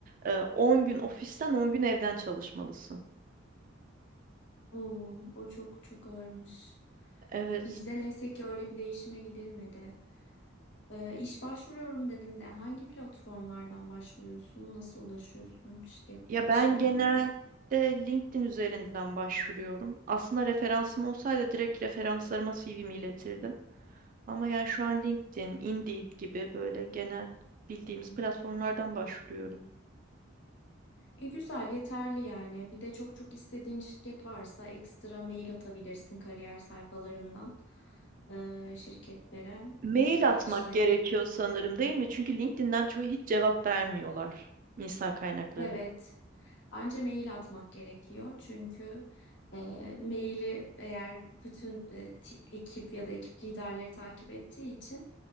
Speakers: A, on the right; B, on the left.
A: Ee, 10 gün ofisten 10 gün evden çalışmalısın.
B: Oo, o çok çok ağırmış.
A: Evet.
B: Bizde neyse ki öyle bir değişime gidilmedi. Ee, iş başvuruyorum dedin de hangi platformlardan başvuruyorsun? Nasıl ulaşıyorsun şirketlere,
A: Ya
B: işverenlere?
A: ben genelde LinkedIn üzerinden başvuruyorum. Aslında referansım olsaydı direkt referanslarıma CV'mi iletirdim. Ama yani şu an LinkedIn, Indeed gibi böyle genel bildiğimiz platformlardan başvuruyorum.
B: E, güzel, yeterli yani. Bir de çok çok istediğin şirket varsa ekstra mail atabilirsin kariyer sayfalarından e, şirketlere
A: Mail
B: ve ya da
A: atmak
B: işte
A: gerekiyor sanırım değil mi? Çünkü LinkedIn'den çoğu hiç cevap vermiyorlar insan kaynakları.
B: evet Bence mail atmak gerekiyor. Çünkü e, maili eğer bütün e, ti- ekip ya da ekip liderleri takip ettiği için